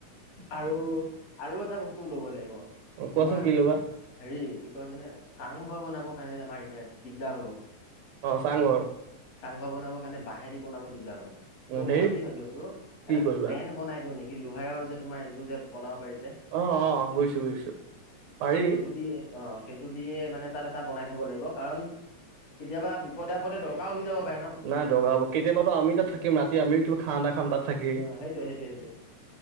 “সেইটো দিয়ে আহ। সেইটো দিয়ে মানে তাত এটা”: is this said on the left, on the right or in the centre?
Left